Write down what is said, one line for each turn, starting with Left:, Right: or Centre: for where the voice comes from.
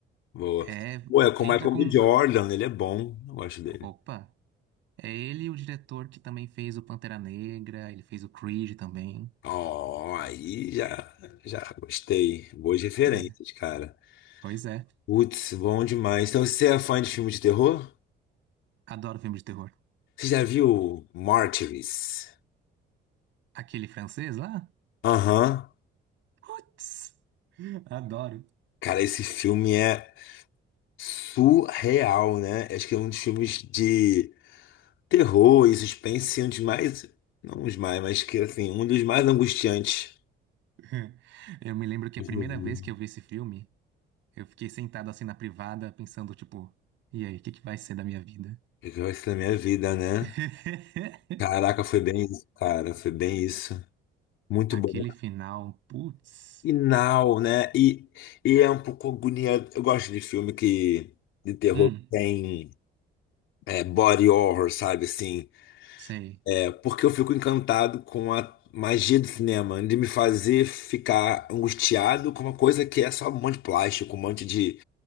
Left: Boa.
Right: É.
Left: Ué, com
Right: Entra
Left: o Michael
Right: com.
Left: B. Jordan, ele é bom. Eu gosto dele.
Right: Opa! É ele o diretor que também fez o Pantera Negra, ele fez o Creed também.
Left: Ó, aí já, já gostei. Boas referências,
Right: É.
Left: cara.
Right: Pois é.
Left: Putz, bom demais. Então, você é fã de filme de terror?
Right: Adoro filme de terror.
Left: Você já viu Martyrs?
Right: Aquele francês lá?
Left: Aham.
Right: Putz! Adoro.
Left: Cara, esse filme é surreal, né? Acho que é um dos filmes de terror e suspense, assim, um dos mais. Não os mais, mas que assim, um dos mais angustiantes
Right: <laughs> Eu me lembro que
Left: que
Right: a
Left: eu
Right: primeira
Left: vi.
Right: vez que eu vi esse filme, eu fiquei sentado assim na privada, pensando, tipo, e aí, o que que vai ser da minha vida?
Left: que eu minha vida, né?
Right: <laughs>
Left: Caraca, foi bem isso, cara. Foi bem isso. Muito
Right: Aquele
Left: bom.
Right: final, putz.
Left: E Now, né? E, e é um pouco agoniante. Eu gosto de filme que de terror
Right: Hum,
Left: que tem é, body horror, sabe? Assim,
Right: sei.
Left: é porque eu fico encantado com a magia do cinema, de me fazer ficar angustiado com uma coisa que é só um monte de plástico, um monte de